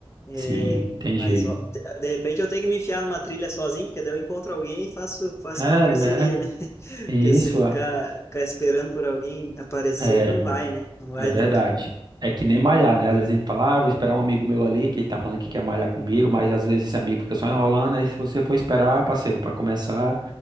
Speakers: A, on the left; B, on the right.
A: É,
B: sim, entendi.
A: mas ó, te- de repente eu tenho que me enfiar numa trilha sozinho, porque daí eu encontro alguém e faço, faço
B: É,
A: uma parceria,
B: né?
A: né? <laughs>
B: Isso
A: Porque se ficar,
B: é,
A: ficar esperando por alguém aparecer,
B: é,
A: não vai, né? Não vai
B: é verdade.
A: nunca.
B: É que nem malhar, né? Às vezes a gente fala, ah, vou esperar um amigo meu ali que tá falando que quer malhar comigo, mas às vezes esse amigo fica só enrolando. Aí se você for esperar, parceiro, para começar,